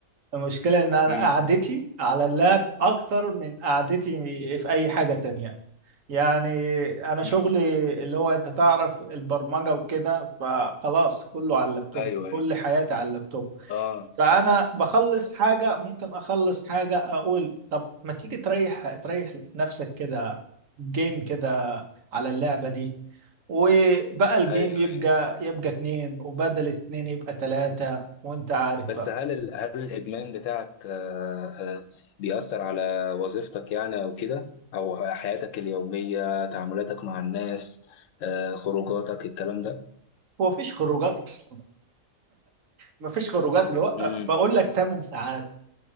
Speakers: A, on the right; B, on the left.
A: المشكلة إن أنا
B: امم
A: قعدتي على اللاب أكتر من قعدتي في أي حاجة تانية يعني أنا شغلي
B: امم
A: اللي هو أنت تعرف البرمجة وكده فخلاص كله على اللابتوب
B: ايوه
A: كل
B: ايوه
A: حياتي على اللابتوب
B: اه
A: فانا بخلص حاجه ممكن اخلص حاجه اقول طب ما تيجي تريح تريح نفسك كده جيم كده على اللعبه دي وبقى الجيم
B: ايوه
A: يبقى
B: ايوه
A: يبقى اتنين وبدل اتنين يبقى تلاتة وانت عارف
B: بس
A: بقى
B: هل ال... هل الادمان بتاعك آه، آه، بيأثر على وظيفتك يعني او كده او حياتك اليومية تعاملاتك مع الناس آه، خروجاتك الكلام ده
A: هو مفيش خروجات اصلا مفيش خروجات اللي هو
B: مم.
A: بقول لك 8 ساعات